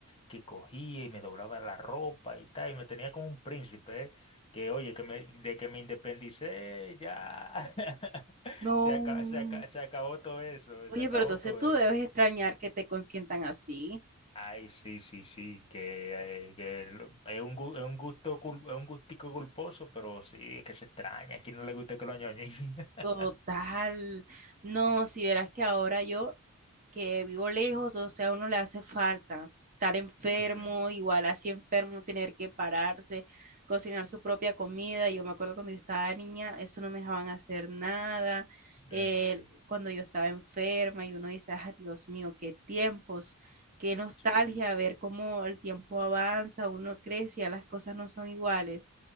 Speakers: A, on the left (about 25°); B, on the right (about 40°).
A: que cogía y me doblaba la ropa y tal, y me tenía como un príncipe, ¿eh? Que oye, que me, de que me independicé, ya. <laughs>
B: No.
A: Se acabó, se aca- se acabó todo eso,
B: Oye,
A: se acabó
B: pero entonces
A: todo
B: tú
A: eso.
B: debes extrañar que te consientan así.
A: Ay, sí, sí, sí, que, eh, que lo- es un, gu- es un gusto, cul- es un gustico culposo, pero sí, es que se extraña. ¿A quién no le gusta que lo ñoñen? <laughs>
B: Total. No, si verás que ahora yo que vivo lejos, o sea, a uno le hace falta estar enfermo,
A: Ujú,
B: igual así enfermo, tener que pararse, cocinar su propia comida. Yo me acuerdo cuando yo estaba niña, eso no me dejaban hacer nada.
A: ujú,
B: eh, cuando yo estaba enferma y uno dice, ah, Dios mío, qué tiempos, qué nostalgia,
A: sí,
B: ver cómo el tiempo avanza, uno crece, ya las cosas no son iguales.